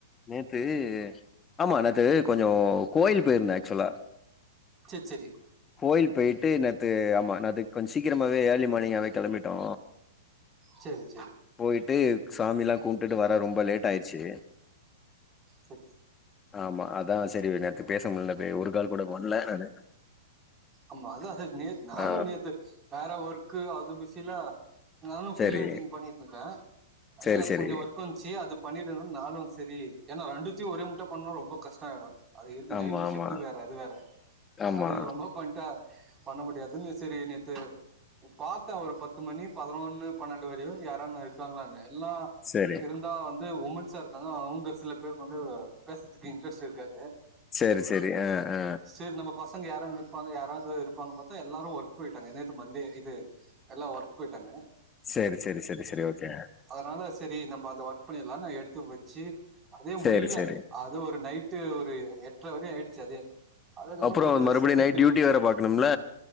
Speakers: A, on the left (about 20°); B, on the right (about 20°).
A: நேத்து ஆமா நேத்து கொஞ்சோ கோயில் போயிருந்த ஆக்சுவலா
B: சரி சரி
A: கோயில் போயிட்டு நேத்து ஆமா நேத்துக்கு கொஞ்ச சீக்ரமாவே ஏர்லி மார்னிங்காவே கிளம்பிட்டோ
B: செரி செரி
A: போயிட்டு சாமி எல்லா கும்டுட்டு வர ரொம்ப லேட் ஆயிருச்சு
B: சரி
A: ஆமா அதா செரி நேத்து பேச முடில பே ஒரு கால் கூட பண்ல நானு
B: ஆமா அதா நேத் நானு
A: ஆ
B: நேத்து வேற ஒர்க் அது பிசில நானு ஃப்ரீ
A: சரி,
B: லான்சிங் பண்ணிட்ருக்கன் அதுல
A: சரி, சரி.
B: கொஞ்ச ஒர்க் வந் ச்சே அது பண்ணிருலா நானும் செரி ஏன்னா ரெண்டுத்துயு ஒரே முட்ட பண்ணா ரொம்ப கஷ்ட ஆயிடு அது இருக்கு
A: ஆமா,
B: நைட்ல
A: ஆமா,
B: ஷிப்ட்டு வேற அது வேற
A: ஆமா.
B: அது ரொம்ப கா பண்ண முடியாதுனு செரி நேத்து பாத்த ஒரு பத்து மணி பதினொன்னு பன்னெண்டு வரயு யாரன்ன இருக்காங்களான்னு எல்லா
A: சரி,
B: இருந்தா வந்து உமன்ஸா இருக்காங்க அவங்க சில பேர்க்கு வந்து பேசற்துக்கு இன்ட்ரெஸ்ட் இருக்காது
A: செரி செரி ஆ ஆ
B: சேரி நம்ம பசங்க யாரும் இருப்பாங்க யாராவ்து இருப்பாங்க பாத்தா எல்லாரும் ஒர்க் போயிட்டாங்க நேத்தி மண்டே இது எல்லாம் ஒர்க் போய்ட்டாங்க
A: சரி சரி சரி சரி ஓகே
B: அதுனால சரி நம்ம அந்த ஒர்க் பன்னிரலாம்னு நான் எடுத்து வச்சு அதே முடியல
A: சரி, சரி.
B: அது ஒரு நைட்டு ஒரு எட்ர வரையு ஆய்டுச்சு அதே அதுக்கப்பரோ
A: அப்புறம்
B: கொஞ்சம் ரெஸ்ட்
A: மறுபடியும்
B: எடுத்
A: நைட்
B: தெரியு
A: டியூட்டி வேற பாக்கணும்ல?